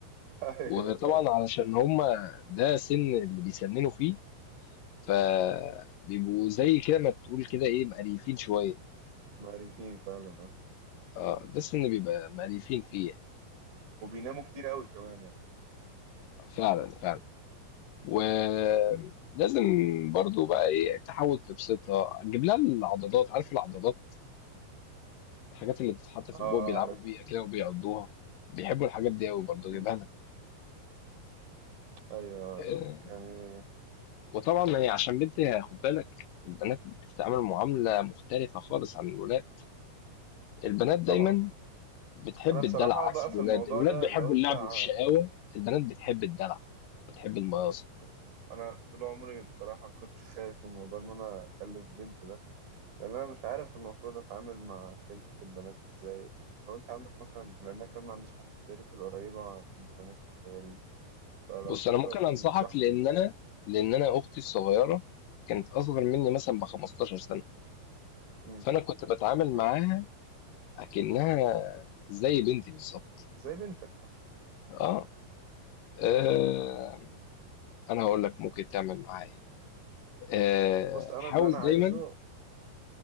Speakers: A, on the right; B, on the left.
A: <laughs>
B: وطبعا
A: أيوه فعلا
B: علشان هما ده سن اللي بيسننوا فيه فبيبقوا زي كده ما تقول كده إيه مقريفين شوية
A: معرفين فعلا اه
B: اه ده السن اللي بيبقى مقريفين فيه يعني
A: وبيناموا كتير قوي كمان يعني
B: ففعلا فعلا ولازم برضو بقى ايه تحاول تبسطها تجيب لها العضادات عارف العضادات الحاجات اللي بتتحط في
A: اه
B: البوق
A: اه
B: بيلعبوا
A: عرفت
B: بيها كده وبيقضوها بيحبوا الحاجات دي قوي برضه
A: مم.
B: جايبها لك
A: أيوه
B: آه،
A: يعني
B: وطبعا هي عشان بنت هي- خد بالك البنات بتتعامل معاملة مختلفة خالص عن الولاد البنات دايما
A: طبعا
B: بتحب
A: أنا بصراحة
B: الدلع
A: بقى
B: عكس الولاد
A: في الموضوع
B: الولاد
A: ده
B: بيحبوا
A: لو أنت
B: اللعب
A: ع-
B: والشقاوة البنات بتحب الدلع بتحب المقاصة
A: بص أنا طول عمري بصراحة كنت خايف من موضوع إن أنا أخلف بنت ده لان انا مش عارف المفروض اتعامل مع خلفة البنات ازاي لو انت عندك مثلا لان انا كمان ما عنديش حد في دايرتي القريبة عنده بنات صغيرين فلو
B: بص
A: تقدر
B: انا ممكن
A: تنصحني
B: انصحك لان انا لان انا اختي الصغيرة كانت اصغر مني مثلا ب 15 سنة
A: امم
B: فانا كنت بتعامل معاها
A: آه.
B: اكنها زي بنتي بالظبط
A: زي بنتك
B: اه آه، انا هقول لك ممكن تعمل معاها ايه آه،
A: بص انا
B: حاول
A: اللي انا عايزه
B: دايما